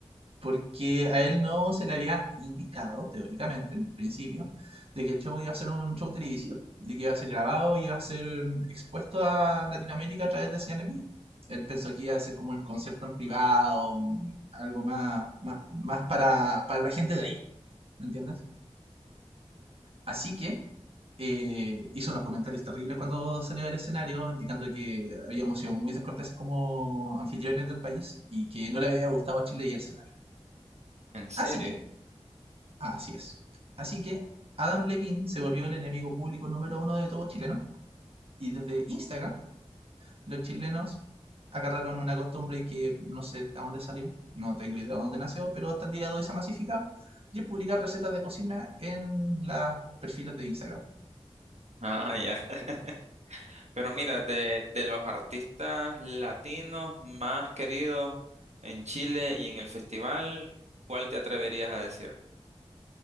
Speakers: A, on the right; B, on the right.
A: porque a él no se le había indicado, teóricamente, en principio, de que el show iba a ser un show televisivo, de que iba a ser grabado, iba a ser mm, expuesto a Latinoamérica a través de señal en vivo. Él pensó que iba a ser como un concierto en privado, un- algo más, más, más para, para la gente de ahí, ¿me entiendes? Así que eh, hizo unos comentarios terribles cuando salió del escenario, indicando que habíamos sido muy descorteses como anfitriones del país y que no le había gustado a Chile y el escenario.
B: ¿en serio?
A: Así que, así es. Así que Adam Levine se volvió el enemigo público número uno de todo chileno y desde Instagram los chilenos agarraron una costumbre que no sé de dónde salió, no tengo idea de dónde nació, pero hasta el día de hoy se ha masificado y es publicar recetas de cocina en las perfiles de Instagram.
B: Ah, ya. <laughs> Pero mira, de, de los artistas latinos más queridos en Chile y en el festival, ¿cuál te atreverías a decir?